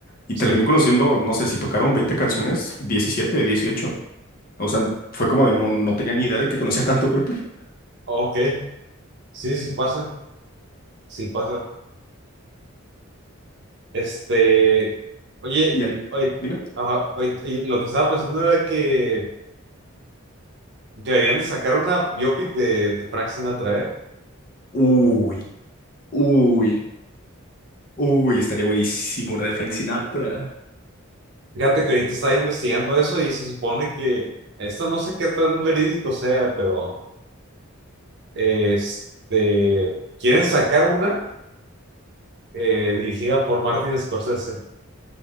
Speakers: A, on the left; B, on the right.
A: Y
B: sí.
A: terminé conociendo, no sé, si tocaron veinte canciones, diecisiete, dieciocho, O sea, fue como de no, no tenía ni idea de que conocía tanto Coldplay.
B: Ok, sí, sí pasa, sí pasa. Este, oye,
A: Y al...
B: oye,
A: Dime.
B: ajá, oye, y lo que estaba pensando era que deberían de sacar una biopic de, de Frank Sinatra, ¿eh?
A: Uy, uy, uy, estaría buenísimo una de Frank Sinatra.
B: Fíjate que ahorita estaba investigando eso y se supone que esto no sé qué tan verídico sea, pero este quieren sacar una eh, dirigida por Martin Scorsese.